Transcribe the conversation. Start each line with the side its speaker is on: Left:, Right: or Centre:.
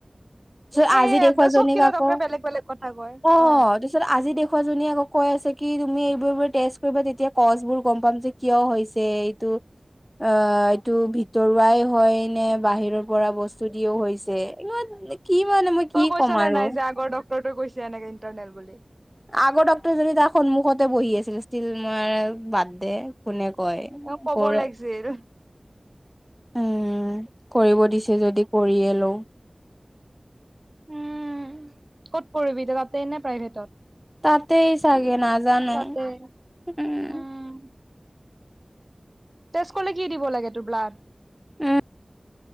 Centre: তাৰপিছত
Right: সেইয়ে
Centre: আজি দেখুৱ
Right: চব
Centre: জনীক
Right: কেইটা
Centre: আকৌ
Right: ডক্টৰে
Centre: অ,
Right: বেলেগ বেলেগ কথা কয় অ
Centre: তাৰিছত আজি দেখুৱা জনীয়ে আকৌ কৈ আছে কি তুমি এইবোৰ টেষ্ট কৰিব তেতিয়া কছবোৰ গম পাম যে কিয় হৈছে এইটো। অ, এইটো ভিতৰুৱাই হয় নে বাহিৰৰ পৰা বস্তু দিও হৈছে। কি মানে মই কি
Right: তই কৈছা
Centre: ক'ম
Right: নে
Centre: আৰু
Right: নাই যে আগৰ ডক্টৰটো কৈছে এনেকে ইণ্টাৰনেল বুলি।
Centre: আগৰ ডক্তৰ যদি তাৰ সন্মুখতে বহি আছিল ষ্টিল ম বাদ দে কোনে কই
Right: অ ক'ব
Centre: কৰে।
Right: লাগিছিল
Centre: উম, কৰিব দিছে যদি কৰিযযে লও।
Right: উম, ক'ত কৰিবি তাতে নে প্ৰাইভেটত।
Centre: তাতেই চাগে নাজানো
Right: তাতে
Centre: উম,
Right: উম টেষ্ট কৰিলে কি দিব লাগে? তোৰ ব্লাড
Centre: উম,